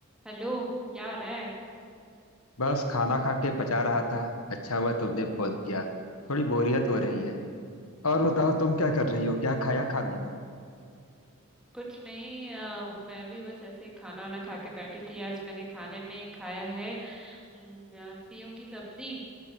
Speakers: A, in the centre; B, on the left.
A: Hello क्या हो रहा है
B: बस खाना खा के पचा रहा था अच्छा हुआ तुमने फोन किया थोड़ी बोरियत हो रही है और बताओ तुम क्या कर रही हो क्या खाया खाने में
A: कुछ नहीं अ, मैं भी बस ऐसे ही खाना वाना खा के बैठी थी आज मैंने खाने में खाया है अम, अ, सेव की सब्जी